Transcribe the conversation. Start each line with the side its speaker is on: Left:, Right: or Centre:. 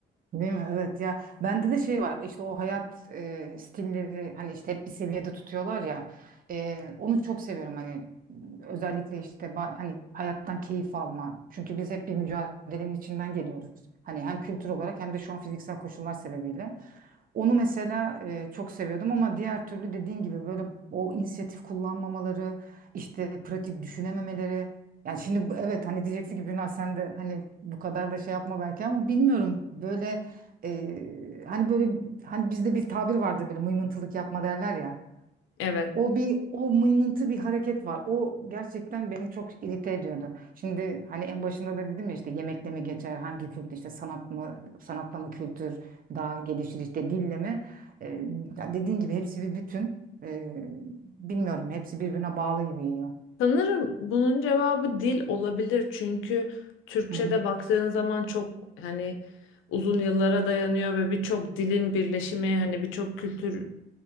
Right: Değil mi? Evet ya bende de şey var işte o hayat e, stilleri hani işte hep bir seviyede tutuyorlar ya E, onu çok seviyorum hani özellikle işte ba- hani hayattan keyif alma çünkü biz hep bir mücadelenin içinden geliyoruz hani hem kültür olarak hem de şu an fiziksel koşullar sebebiyle. Onu mesela e, çok seviyordum ama diğer türlü dediğin gibi böyle o inisiyatif kullanmamaları, işte pratik düşünememeleri. Yani şimdi bu- evet hani diyeceksin ki Bülent sen de hani bu kadar da şey yapma belki ama bilmiyorum böyle e, hani böyle hani bizde bir tabir vardır böyle mıymıntılık yapma derler ya.
Left: Evet.
Right: O bir o mıymıntı bir hareket var. O gerçekten beni çok irite ediyordu. Şimdi hani en başında da dedim ya işte yemekle mi geçer, hangi kültür işte sanat mı, sanatla mı kültür daha gelişir işte dille mi? Ee, ya dediğin gibi hepsi bir bütün. Ee, bilmiyorum hepsi birbirine bağlı gibi geliyor.
Left: Sanırım bunun cevabı dil olabilir çünkü Türkçe'de
Right: Hı hı.
Left: baktığın zaman çok hani uzun yıllara dayanıyor ve birçok dilin birleşimi hani birçok kültür